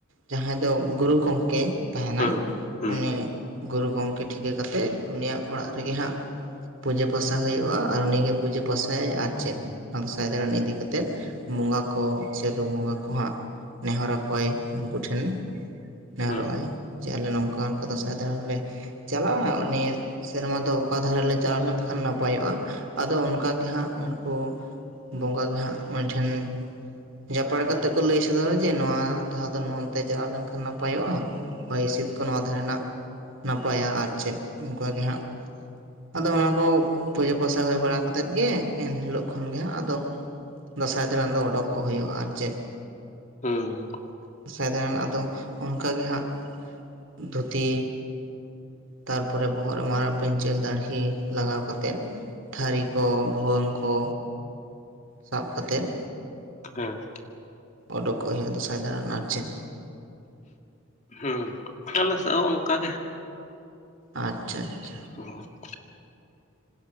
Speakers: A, on the right; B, on the left.
A: ᱡᱟᱦᱟᱸᱭ ᱫᱚ ᱜᱩᱨᱩ ᱜᱚᱝᱠᱮ᱾ ᱛᱟᱦᱮᱱᱟᱭ
B: ᱦᱮᱸ ᱦᱮᱸ
A: ᱩᱱᱤ ᱜᱩᱨᱩ ᱜᱚᱝᱠᱮ ᱴᱷᱤᱠᱟᱹ ᱠᱟᱛᱮᱜ ᱩᱱᱤᱭᱟᱜ ᱚᱲᱟᱜ ᱨᱮᱜᱮ ᱦᱟᱸᱜ᱾ ᱯᱩᱡᱟᱹ ᱯᱟᱥᱟ ᱦᱳᱭᱳᱜ-ᱟ ᱟᱨ ᱩᱱᱤ ᱜᱮ ᱯᱩᱡᱟᱹ ᱯᱟᱥᱟᱭᱟᱭ ᱟᱨ ᱪᱮᱜ ᱫᱚᱥᱟᱭ ᱫᱟᱲᱟᱱ ᱤᱫᱤ ᱠᱟᱛᱮᱫ ᱵᱚᱸᱜᱟ ᱠᱚ ᱥᱮ ᱨᱩ ᱵᱚᱸᱜᱟ ᱠᱚ ᱦᱟᱸᱜ᱾ ᱱᱮᱦᱚᱨ ᱟᱠᱚᱣᱟᱭ ᱩᱱᱠᱩ ᱴᱷᱮᱱ ᱱᱮᱦᱚᱨᱚᱜ
B: ᱦᱮᱸ
A: ᱟᱭ ᱡᱮ ᱟᱞᱮ ᱱᱚᱝᱠᱟ ᱚᱱᱠᱟ ᱫᱟᱸᱥᱟᱭ ᱫᱟᱬᱟᱱ ᱞᱮ ᱪᱟᱞᱟᱜ-ᱟ ᱱᱤᱭᱟᱹ ᱥᱮᱨᱢᱟ ᱫᱚ ᱚᱠᱟ ᱫᱷᱟᱨᱟ ᱞᱮ ᱪᱟᱞᱟᱣ ᱞᱮᱱᱠᱷᱟᱱ ᱱᱟᱯᱟᱭᱚᱜ-ᱟ ᱟᱫᱚ ᱚᱱᱠᱟᱜ ᱜᱮ ᱦᱟᱸᱜ ᱩᱱᱠᱩ ᱵᱚᱸᱜᱟ ᱜᱮ ᱦᱟᱸᱜ ᱩᱱᱤ ᱴᱷᱮᱱ ᱡᱟᱯᱟᱲ ᱠᱟᱛᱮᱜ ᱠᱚ ᱞᱟᱹᱭ ᱥᱚᱫᱚᱨᱟ ᱡᱮ ᱱᱚᱣᱟ ᱫᱷᱟᱣ ᱫᱚ ᱱᱚᱱᱛᱮ ᱪᱟᱞᱟᱣ ᱞᱮᱱᱠᱷᱟᱱ ᱱᱟᱯᱟᱭᱚᱜ-ᱟ ᱦᱚᱭ ᱦᱤᱸᱥᱤᱫ ᱠᱚ ᱱᱚᱣᱟ ᱫᱷᱟᱨᱮᱱᱟᱜ ᱱᱟᱯᱟᱭᱟ ᱟᱨ ᱪᱮᱫ ᱚᱱᱠᱟᱜ ᱜᱮ ᱦᱟᱸᱜ ᱟᱫᱚ ᱚᱱᱟ ᱠᱚ ᱯᱩᱡᱟᱹ ᱯᱚᱭᱥᱟ ᱦᱩᱭ ᱵᱟᱲᱟ ᱠᱟᱛᱮ ᱜᱮ ᱮᱱᱦᱤᱞᱳᱜ ᱠᱷᱚᱱ ᱦᱟᱸᱜ ᱟᱫᱚ ᱫᱟᱸᱥᱟᱭ ᱫᱟᱬᱟᱱ ᱫᱚ ᱚᱰᱳᱠᱚᱜ ᱦᱩᱭᱩᱜ-ᱟ ᱟᱨ ᱪᱮᱫ ᱾
B: ᱦᱮᱸ ᱾
A: ᱫᱟᱸᱥᱟᱭ ᱫᱟᱬᱟᱱ ᱟᱫᱚ ᱚᱱᱠᱟ ᱜᱮ ᱦᱟᱸᱜ ᱫᱷᱩᱛᱤ ᱛᱟᱨᱯᱚᱨᱮ ᱵᱚᱦᱚᱜ ᱮᱢ ᱢᱟᱨ ᱯᱟᱹᱧᱪᱤ ᱟᱨ ᱫᱟᱹᱲᱦᱤ ᱞᱟᱜᱟᱣ ᱠᱟᱛᱮᱫ ᱛᱷᱟᱹᱨᱤ ᱠᱚ ᱵᱷᱩᱣᱟᱹᱝ ᱠᱚ ᱥᱟᱵ ᱠᱟᱛᱮᱫ
B: ᱦᱮᱸ ᱾
A: ᱚᱰᱳᱠᱚᱜ ᱦᱩᱭᱩᱜ ᱫᱟᱸᱥᱟᱭ ᱫᱟᱬᱟᱱ ᱟᱨ ᱪᱮᱫ
B: ᱦᱩᱸ ᱟᱞᱮ ᱥᱮᱫ ᱦᱚᱸ ᱚᱱᱠᱟ ᱜᱮ ᱾
A: ᱟᱪᱪᱷᱟ ᱟᱪᱪᱷᱟ
B: <inaudible>